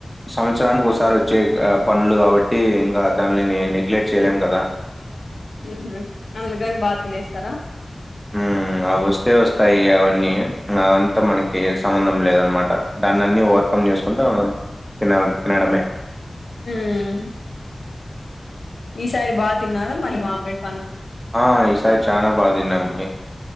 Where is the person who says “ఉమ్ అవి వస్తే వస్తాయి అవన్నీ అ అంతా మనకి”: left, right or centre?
Centre